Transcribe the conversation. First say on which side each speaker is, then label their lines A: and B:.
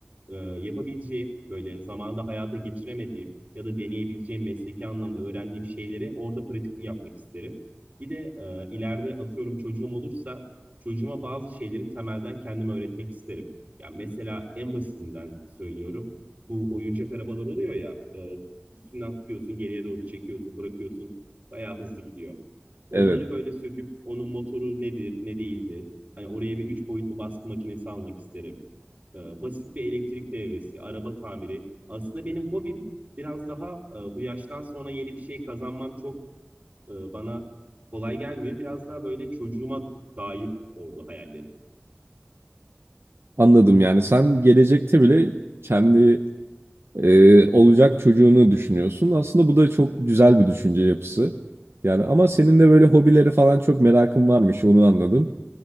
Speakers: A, on the right; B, on the right.
A: e, yapabileceğim, böyle zamanda hayata geçiremediğim ya da deneyebileceğim mesleki anlamda öğrendiğim şeyleri orada pratik yapmak isterim. Bir de e, ileride atıyorum çocuğum olursa çocuğuma bazı şeyleri temelden kendime öğretmek isterim. Yani mesela en basitinden söylüyorum. Bu oyuncak arabalar oluyor ya, e, üstünden tutuyorsun, geriye doğru çekiyorsun, bırakıyorsun. Bayağı hızlı gidiyor. Onları
B: Evet,
A: böyle söküp onun motoru nedir, ne değildir. Hani oraya bir üç boyutlu baskı makinesi almak isterim e, basit bir elektrik devresi, araba tamiri. Aslında benim hobim biraz daha e, bu yaştan sonra yeni bir şey kazanmam çok e, bana kolay gelmiyor. Biraz daha böyle çocuğuma dair oldu hayallerim.
B: anladım yani. Sen gelecekte bile kendi e, olacak çocuğunu düşünüyorsun. Aslında bu da çok güzel bir düşünce yapısı. Yani ama senin de böyle hobilere falan çok merakın varmış onu anladım.